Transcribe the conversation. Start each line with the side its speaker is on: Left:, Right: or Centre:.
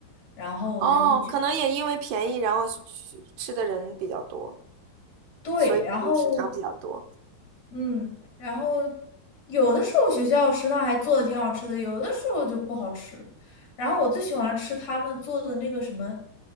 Left: 然后我就会去。
Right: 哦，可能也因为便宜，然后去吃的人比较多，
Left: 对，
Right: 所以就食堂比较多。
Left: 然后嗯，然后有的时候学校食堂还做的挺好吃的，有的时候就不好吃。然后我最喜欢吃他们做的那个什么